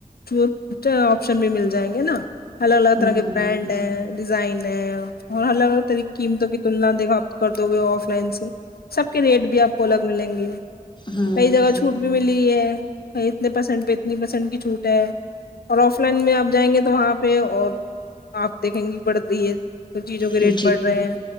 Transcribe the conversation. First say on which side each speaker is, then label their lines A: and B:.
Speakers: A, on the left; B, on the left.
A: جو آپشن بھی مل جائیں گے نا الگ الگ
B: ہوں
A: طرح کے بینڈ ہے ڈیزائن ہے اور الگ الگ طریق کی قیمتوں کی تلنا دیکھا کرتے ہو گئے آف لائن سے سب کے ریٹ بھی آپ کو الگ ملیں گے
B: ہوں
A: کئی جگہ چھوٹ بھی ملی ہے اتنے پرسینٹ پہ اتنی پرسینٹ کی چھوٹ ہے اور آف لائن میں آپ جائیں گے تو وہاں پہ اور آپ دیکھیں گے بڑ رہی ہے ک چیزوں کے
B: جی
A: ریٹ بڑھ رہے ہیں